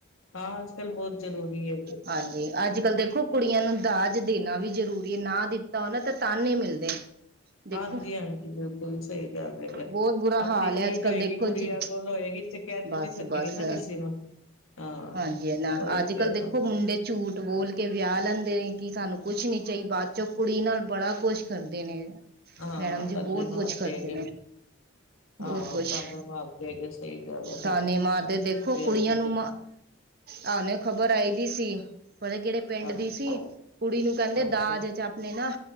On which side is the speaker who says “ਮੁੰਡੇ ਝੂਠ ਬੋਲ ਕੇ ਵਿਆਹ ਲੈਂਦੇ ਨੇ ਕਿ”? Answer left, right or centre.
Right